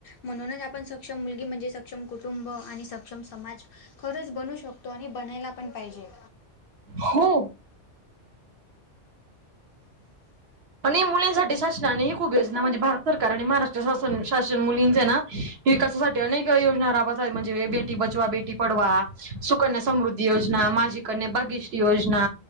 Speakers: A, on the left; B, on the right.
A: म्हणूनच आपण सक्षम मुलगी म्हणजे सक्षम कुटुंब आणि सक्षम समाज खरंच बनू शकतो आणि बनायला पण पाहिजे.
B: हो. आणि मुलींसाठी शासनाने हे खूप योजना म्हणजे भारत सरकार आणि महाराष्ट्र शासन, शासन मुलींचे ना विकासासाठी अनेक योजना राबत आहेत, म्हणजे बेटी बचवा बेटी पढवा. सुकन्या समृद्धी योजना, माझी कन्या भागीश्री योजना